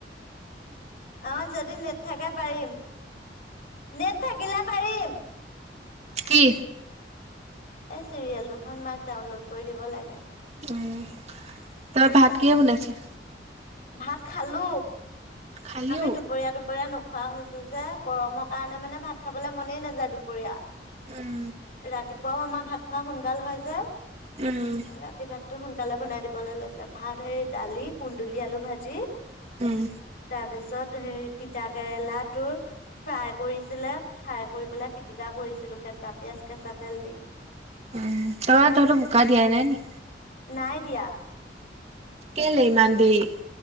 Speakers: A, on the left; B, on the right.
A: অ যদি নেট থাকে পাৰিম <inaudible> নেট থাকিলে পাৰিম।
B: কি?
A: এই চিৰিয়েল দুখন মান ডাউনলোড কৰি দিব লাগে।
B: <unintelligible> উম তাৰ ভাত কিহে বনাইছে।
A: ভাত খালো
B: খালিও?
A: আমি দুপৰীয়া-দুপৰীয়া নো খোৱা হৈছো যে গৰমৰ কাৰণে মানে ভাত খাবলে মনেই নাযায় দুপৰীয়া
B: উম।
A: <inaudible> ৰাতিপুৱাও আমাৰ ভাত খোৱা সোনকাল হয় যে
B: উম,
A: ৰাতি ভাত টো সোনকালে বনাই দিবলৈ লৈছে ভাত হেৰি দালি, কুন্দুলি, আলু ভাজি
B: উম
A: তাৰপিছত হেৰি তিতাকেৰেলাটো ফ্ৰাই কৰিছিলে ফ্ৰাই কৰি পেলাই পিটিকা। কৰিছিলো কেঁচা পিয়াঁজ, কেঁচা তেল দি
B: উম তোমাৰ ধৰতটো বোকা দিয়াই নাই নি
A: নাই দিয়া।
B: কেলে ইমান দেৰি